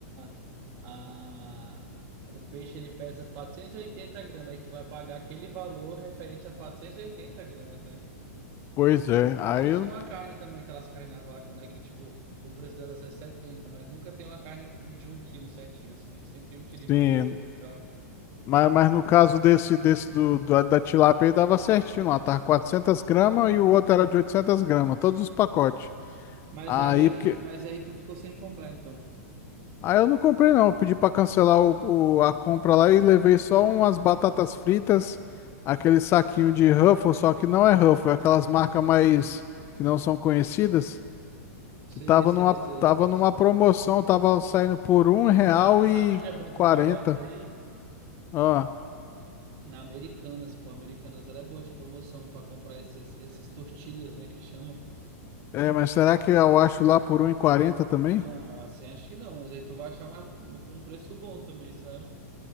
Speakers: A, on the right; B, on the left.
A: a, a, o peixe ele pesa 480 gramas. Aí tu vai pagar aquele valor referente a 480 gramas, né?
B: Pois é,
A: Como
B: aí
A: se fosse
B: eu,
A: uma carne também, aquelas carnes a vácuo, né? Que tipo, o preço delas é setenta mas nunca tem uma carne de um quilo certinho, assim. É sempre um quilo e
B: sim.
A: pouco e tal.
B: Mas, mas no caso desse, desse do, do- da tilápia aí tava certinho lá, tava 400 gramas e o outro era de 800 gramas, todos os pacotes.
A: Mas
B: Aí,
A: aí,
B: porque
A: mas aí tu ficou sem comprar, então.
B: Ah, eu não comprei não. Eu pedi para cancelar o, o- a compra lá e levei só umas batatas fritas, aquele saquinho de Ruffles, só que não é Ruffles, é aquelas marcas mais que não são conhecidas,
A: Sei,
B: que tava
A: sei,
B: numa,
A: sei,
B: tava
A: sei,
B: numa
A: sei.
B: promoção, tava saindo por um real
A: Sa- Sabe
B: e
A: onde é bom tu
B: quarenta.
A: pegar isso aí?
B: Ah,
A: Na Americanas, pô. Americanas, ela é boa de promoção pra comprar esses, essas tortilhas, né? Que chamam.
B: é, mas será que eu acho lá por um e quarenta também?
A: Não, assim, acho que não, mas aí tu vai achar mais- com um preço bom também, sabe?